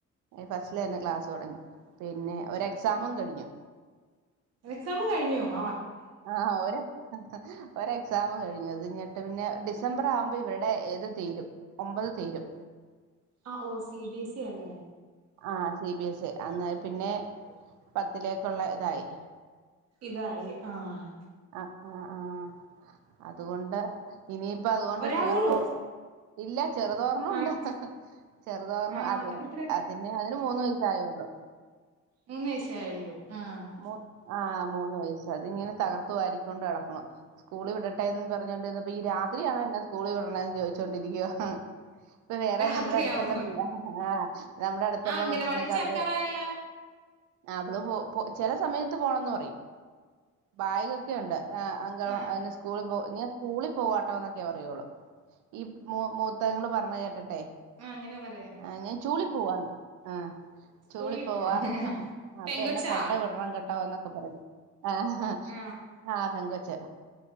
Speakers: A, on the right; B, on the right.
A: ഫസ്റ്റില തന്ന് ക്ലാസ്സ് തുടങ്ങി പിന്നെ ഒ എക്സാമും കഴിഞ്ഞു
B: എക്സാം കഴിഞ്ഞു ആ
A: ആഹ് ഓര് ഒരു എക്സാം കഴിഞ്ഞു എഞ്ഞിട്ട് പിന്നെ ഡിസംബറാവുമ്പോൾ ഇവരുടെ ഇത് തീരും ഒമ്പത് തീരും
B: ആഹ് ഒ സി ബി സി അല്ലേ
A: ആഹ് സി ബി എസ് ഇ അന്നേ പിന്നെ പത്തിലേക്കുള്ള ഇതായി
B: ഇതായി ആഹ്
A: ആഹ് ആഹ് ആഹ് അതുകൊണ്ട് ഇനിയിപ്പ അതുകൊണ്ട്
B: ഒരാളെള്ളൂ
A: ടൂറ് പോ ഇല്ല ചെറുതൊരെണ്ണമുണ്ട്
B: ആഹ്
A: ചെറുതോരണ്ണം
B: ആഹ്
A: അതെ
B: അതെത്ര
A: അതെ പിന്നെ അതിന് മൂന്ന് വയസ്സായുള്ളൂ
B: മൂന്ന് വയസേയായുള്ളൂ ആഹ്
A: മൂ ആഹ് മൂന്ന് വയസ്സ് അതിങ്ങനെ തകർത്തുവാരിക്കൊണ്ടു നട സ്കൂളിൽ വിടട്ടെന്നും പറഞ്ഞോണ്ടിരുന്നപ്പ ഈ രാത്രിയാണോ എന്നെ സ്കൂളിൽ വിടണെന്ന് ചോദിച്ചോണ്ടിരിക്കുവാ ഇപ്പ വേറെ
B: രാത്രിയാവുമ്പോ
A: നമ്മുടെ അടുത്തുള്ള പിള്ളേ ആഹ് നമ്മുടെ അടുത്തുള്ള
B: ആഹ് അംഗനവാടിൽ
A: കൊച്ചിനൊക്കെ
B: ചേർക്കാറായല്ലോ
A: അവര് ആഹ് അവള് പോ പോ ചില സമയത്ത് പോണന്ന് പറയും ബാഗക്കെയുണ്ട് ആഹ് അംഗന
B: ആഹ്
A: അതിന്റെ സ്കൂളിൽ പോയി കഴിഞ്ഞ് സ്കൂളിൽ പോവാട്ടോ എന്നൊക്കെ പറയോള്ളൂ ഈ മൂത്തങ്ങള് പറഞ്ഞത് കേട്ടിട്ടെ
B: ആഹ് അങ്ങനെ പറയും
A: ആഹ് ഞാൻ ചൂളി പോവ്വാന്ന് ആഹ്
B: സ്കൂളിൽ
A: ചൂളി പോവാ
B: പോവാന്ന്
A: അപ്പൊ
B: പെങ്കൊച്ചാ
A: എന്നെ കൊണ്ട വിടണം കെട്ടോ എന്നൊക്കെ പറയും ആഹ്
B: ആഹ്
A: ആഹ് പെങ്കൊച്ച്